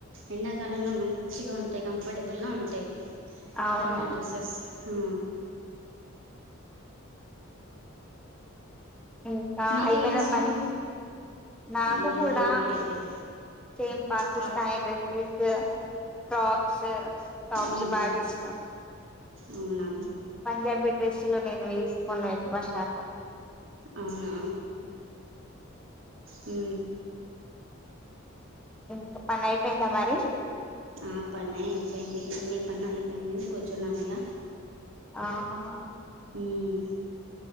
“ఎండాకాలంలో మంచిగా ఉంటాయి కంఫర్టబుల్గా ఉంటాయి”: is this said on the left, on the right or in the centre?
Right